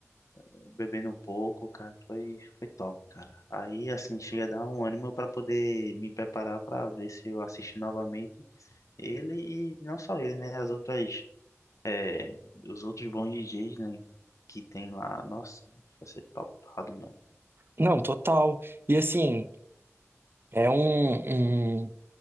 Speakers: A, on the left; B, on the right.
A: bebendo um pouco, cara, foi, foi top, cara. Aí, assim, chega a dar um ânimo pra poder me preparar pra ver se eu assisto novamente ele e não só ele, né? As outras, é, os outros bons DJs, né? Que tem lá. Nossa, vai ser topado, mano.
B: Não, total. E assim, é um, um,